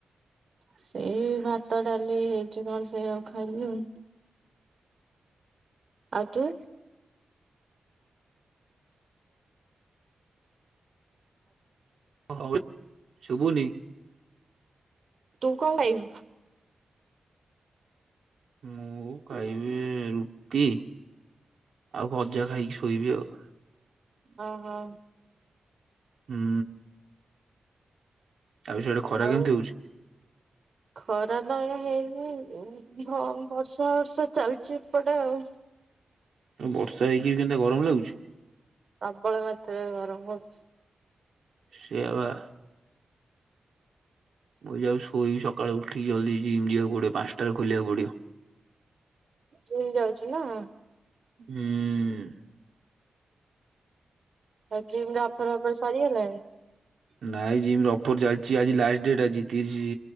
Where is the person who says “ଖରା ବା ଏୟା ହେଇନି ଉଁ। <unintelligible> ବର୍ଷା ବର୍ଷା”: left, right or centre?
Right